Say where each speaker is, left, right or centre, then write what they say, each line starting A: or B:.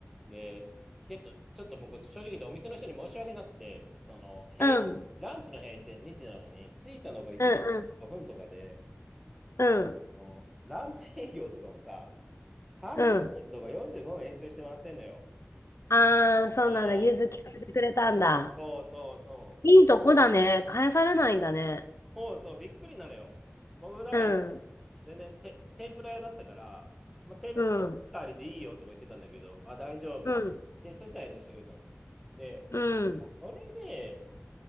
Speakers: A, in the centre; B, on the left.
A: で、ちょっと、ちょっと僕、正直言ってお店の人に申し訳なくて、その、閉、
B: う。うん。
A: ランチの閉店2時なのに、着いたのが1時5分とかで、
B: うんうん。うん。
A: な、あの、ランチ営業とかもさ、30分とか45分延長してもらってんのよ。
B: うん。ああ、そうなんだ。
A: ああ、
B: 融通聞かせてくれたんだ。
A: そうそうそ
B: いいとこだね。返されないんだね。
A: う。そうそう、びっくりなのよ。僕、だから、
B: うん。
A: 全然て、天ぷら屋だったから、まあ、天むすありでいいよとか言ってたんだけど、
B: うん。
A: あ、大丈夫。
B: うん。
A: で、そしたら炎上してくれたの。で、
B: うん。
A: あそれで、